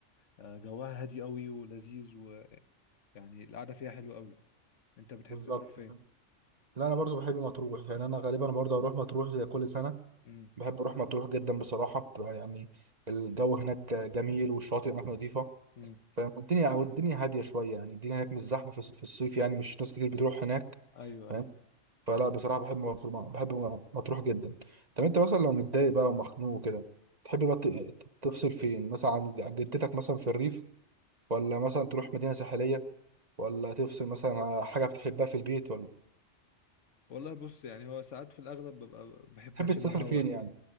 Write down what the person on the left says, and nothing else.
آه، جوها هادي قوي ولذيذ ويعني القعده فيها حلوه قوي انت بتحب
تروح فين
امم
امم
ايوه
ايوه
والله بص يعني هو ساعات في الاغلب ببقى بحب
اشم
هوا